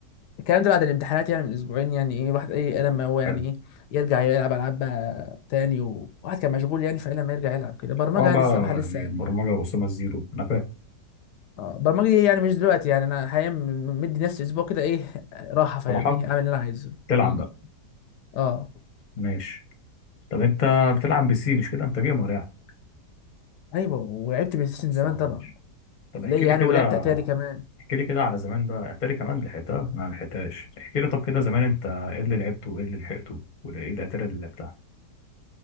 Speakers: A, on the left (about 80°); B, on the left (about 40°).
A: الكلام ده بعد الامتحانات يعني من اسبوعين يعني ايه واحد ايه لما هو يعني
B: حلو
A: ايه يرجع يلعب العاب بقى تاني وواحد كان مشغول يعني فإيه لما يرجع يلعب كده برمجه
B: اه
A: يعني
B: بقى
A: الصراحه لسه
B: يعني
A: يعني
B: البرمجة وأسامة الزيرو انا فاهم
A: اه برمجه دي يعني مش دلوقتي يعني انا حاليا م- مدي نفسي اسبوع كده ايه راحه فاهمني
B: صراحة
A: اعمل اللي انا عايزه
B: تلعب
A: امم
B: بقى
A: اه
B: ماشي طب انت بتلعب بسي مش كده انت جيمر يعني
A: ايوه ولعبت بلاي ستيشن
B: خلصانة
A: زمان طبعا
B: ماشي طب
A: ليه
B: احكي لي
A: يعني
B: كده
A: ولعبت اتاري كمان
B: احكي لي كده على زمان بقى احكي لي كمان لحقتها انا ما لحقتهاش احكي لي طب كده زمان انت ايه اللي لعبته وايه اللي لحقته وايه الاتاري اللي لعبتها